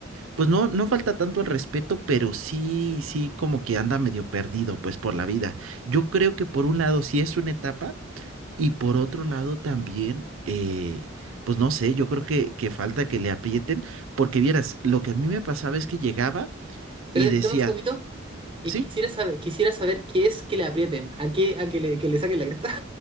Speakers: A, on the right (about 70°); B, on the right (about 25°).
A: pues no, no falta tanto al respeto, pero sí, sí, como que anda medio perdido, pues por la vida. Yo creo que por un lado sí es una etapa y por otro lado también, eh, pues no sé, yo creo que, que falta que le aprieten, porque vieras, lo que a mí me pasaba es que llegaba y
B: pero
A: decía,
B: dame un segundito, y
A: sí.
B: quisiera saber, quisiera saber qué es que le aprieten, a qué, a que le, que le saquen la cresta.